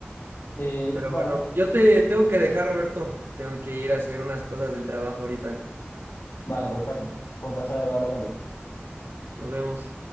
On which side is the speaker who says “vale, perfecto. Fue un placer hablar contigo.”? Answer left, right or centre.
Left